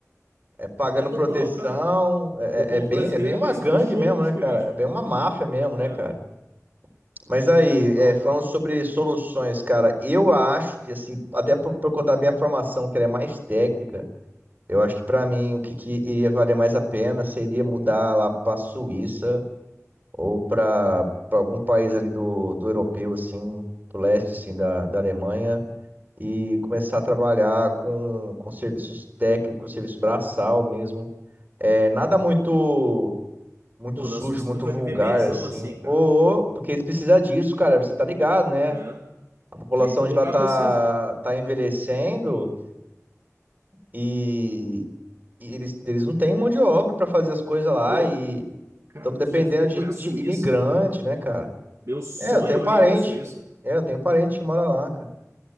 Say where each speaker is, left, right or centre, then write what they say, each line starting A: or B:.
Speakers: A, on the right; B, on the right.
A: pagando
B: é total,
A: proteção.
B: cara.
A: É,
B: O povo
A: é é bem,
B: brasileiro
A: é bem uma
B: é quase
A: gangue
B: cachorro
A: mesmo,
B: dos
A: né,
B: políticos.
A: cara? É bem uma máfia mesmo, né,
B: É,
A: cara? Mas aí,
B: total.
A: é, falando sobre soluções, cara, eu acho que, assim, até por, por conta da minha formação, que ela é mais técnica, eu acho que pra mim o que, que iria valer mais a pena seria mudar lá pra Suíça ou pra pra algum país ali do, do europeu, assim, do leste, assim, da, da Alemanha, e começar a trabalhar com, com serviços técnicos, serviço braçal mesmo. É, nada muito muito
B: Pô,
A: sujo,
B: na Suíça
A: muito
B: tu vai
A: vulgar,
B: viver benzão
A: assim.
B: assim, cara.
A: Ou, porque eles precisam disso, cara, você tá ligado, né?
B: É.
A: A população
B: Sim, todo
A: de lá
B: lugar
A: tá,
B: precisa.
A: tá envelhecendo e, e eles, eles não têm mão de obra para fazer as coisas lá
B: Pô,
A: e
B: Cara,
A: estão dependendo
B: tu já viu como
A: de,
B: é
A: de
B: a Suíça?
A: imigrante, né, cara?
B: Meu sonho
A: É, eu tenho parente.
B: é ir pra Suíça.
A: É, eu tenho parente que mora lá, cara.